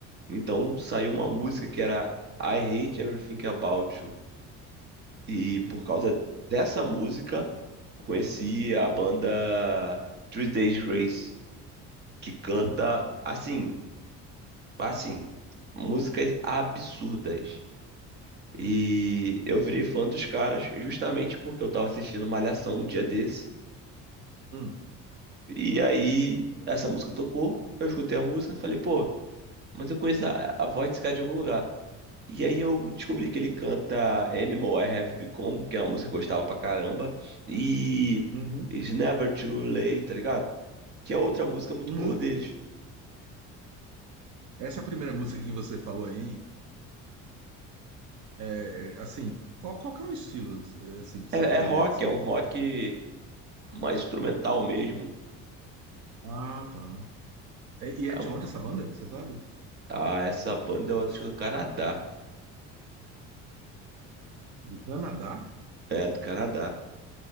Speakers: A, on the right (about 35°); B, on the right (about 70°).
A: Então saiu uma música que era I Hate Everything About You. E por causa dessa música, eu conheci a banda Three Days Grace. que canta assim, assim, músicas absurdas. E eu virei fã dos caras justamente porque eu tava assistindo Malhação um dia desse.
B: Hum.
A: E aí essa música tocou, eu escutei a música, falei, pô, mas eu conheço a, a voz desse cara de algum lugar. E aí eu descobri que ele canta Animal I Have Become, que é uma música que eu gostava pra caramba, e
B: Uhum.
A: It's Never Too Late, tá ligado? Que é outra música muito
B: Uhum.
A: boa deles.
B: Essa primeira música que você falou aí, é, é, assim, qual, qual que é o estilo, é, assim, que você
A: É,
B: poderia
A: é rock,
B: descrever?
A: é um rock mais instrumental mesmo.
B: Ah, tá. É, e é
A: É
B: de
A: um-
B: onde essa banda, você sabe?
A: Ah, essa banda eu acho do Canadá.
B: Do Canadá?
A: É, do Canadá.